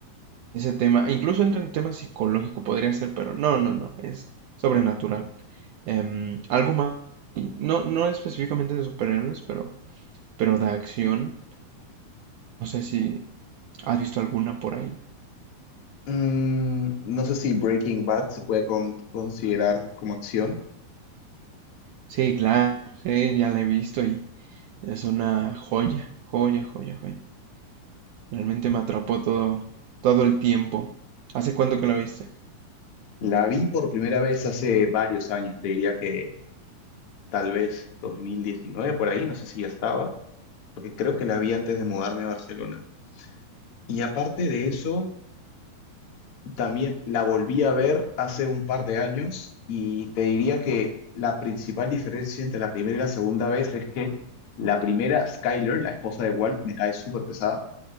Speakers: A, on the right; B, on the left.
A: ese tema. Incluso entra en tema psicológico, podría ser, pero no, no, no, es sobrenatural. Em, algo más, no, no específicamente de superhéroes, pero, pero de acción. No sé si has visto alguna por ahí.
B: Mm, no sé si Breaking Bad se puede con- considerar como acción.
A: Sí, claro, sí, ya la he visto y es una joya, joya, joya, joya. Realmente me atrapó todo, todo el tiempo. ¿Hace cuánto que la viste?
B: La vi por primera vez hace varios años, te diría que tal vez 2019 por ahí, no sé si ya estaba, porque creo que la vi antes de mudarme a Barcelona. Y aparte de eso, también la volví a ver hace un par de años y te diría que la principal diferencia entre la primera y la segunda vez es que la primera, Skyler, la esposa de Walt, me cae súper pesada.